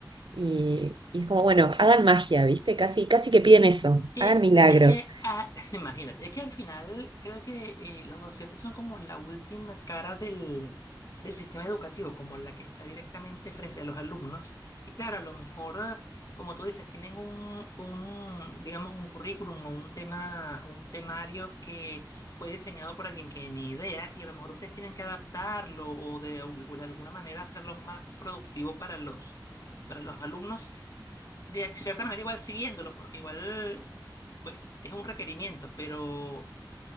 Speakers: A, on the right (about 80°); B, on the left (about 50°).
A: y, y es como, bueno, hagan magia, ¿viste? Casi, casi que piden eso,
B: Que
A: hagan milagros.
B: es que, ah, <laughs> imagínate, es que al final creo que eh, los docentes son como la última cara del, del sistema educativo, como la que está directamente frente a los alumnos. Y claro, a lo mejor, ah, como tú dices, tienen un, un, digamos, un currículum o un tema, un temario que fue diseñado por alguien que ni idea, y a lo mejor ustedes tienen que adaptarlo o de, al- de alguna manera hacerlo más productivo para los, para los alumnos de cierta manera igual siguiéndolo, porque igual, pues es un requerimiento, pero